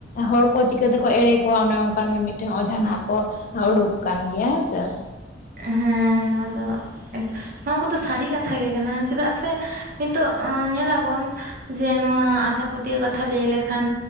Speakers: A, on the left; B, on the right.
A: ᱦᱚᱲ ᱠᱚ ᱪᱤᱠᱟᱹ ᱛᱮᱠᱚ ᱮᱲᱮ ᱠᱚᱣᱟ ᱚᱱᱮ ᱚᱱᱠᱟᱱ ᱢᱤᱢᱤᱫᱴᱮᱱ ᱚᱡᱷᱟ ᱱᱷᱟᱜ ᱠᱚ ᱩᱰᱩᱠ ᱠᱟᱱ ᱜᱮᱭᱟ ᱦᱮᱸ ᱥᱮ ᱾
B: ᱦᱮᱸ ᱱᱚᱣᱟ ᱫᱚ ᱦᱟᱸ ᱠᱚᱫᱚ ᱥᱟᱹᱨᱤ ᱠᱟᱛᱷᱟ ᱜᱮ ᱠᱟᱱᱟ᱾ ᱪᱮᱫᱟᱜ ᱥᱮ ᱤᱸᱛᱚᱜ ᱚᱸ ᱧᱮᱞᱟᱵᱚᱱ ᱡᱮ ᱱᱚᱣᱟ 'ᱟᱫᱷᱟ ᱯᱟᱹᱛᱭᱟᱹᱣ' ᱠᱟᱛᱷᱟ ᱞᱟᱹᱭ ᱞᱮᱠᱷᱟᱱ